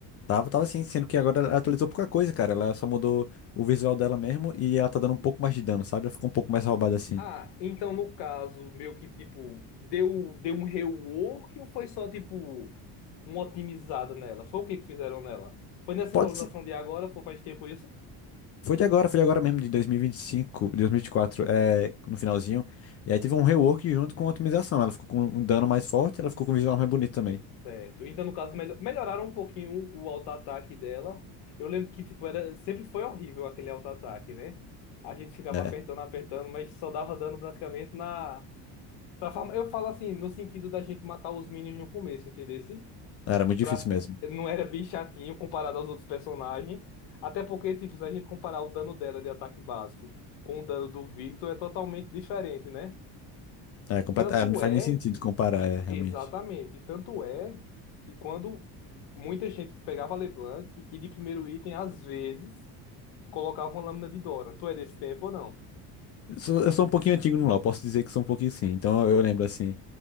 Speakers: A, on the left; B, on the left.
A: Tava, tava assim, sendo que agora ela atualizou pouca coisa, cara. Ela só mudou o visual dela mesmo e ela tá dando um pouco mais de dano, sabe? Ela ficou um pouco mais roubada assim.
B: Ah, então no caso, meio que tipo, deu, deu um rework ou foi só tipo uma otimizada nela? Foi o que que fizeram nela? Foi nessa
A: Pode
B: atualização
A: ser.
B: de agora, foi faz tempo isso?
A: Foi de agora, foi de agora mesmo, de 2025, de 2024, é, no finalzinho. E aí teve um rework junto com a otimização. Ela ficou com um dano mais forte, ela ficou com um visual mais bonito também.
B: Certo. Então no caso melho- melhoraram um pouquinho o auto-ataque dela. Eu lembro que tipo era sempre foi horrível aquele auto-ataque, né? A gente ficava
A: É,
B: apertando, apertando, mas só dava dano praticamente na pra forma- eu falo assim, no sentido da gente matar os minions no começo, entendeu?
A: era muito
B: pra...
A: difícil mesmo.
B: não era bem chatinho comparado aos outros personagens. Até porque, tipo, se a gente comparar o dano dela de ataque básico com o dano do Victor, é totalmente diferente, né?
A: É, complet...
B: Tanto
A: é, não faz
B: é,
A: nem sentido comparar, é, realmente.
B: exatamente, tanto é que quando muita gente pegava a LeBlanc e de primeiro item, às vezes, colocava uma lâmina de Doran. Tu é desse tempo ou não?
A: Eu sou, eu sou um pouquinho antigo no LoL, posso dizer que sou um pouquinho sim. Então
B: Tu-
A: eu lembro assim.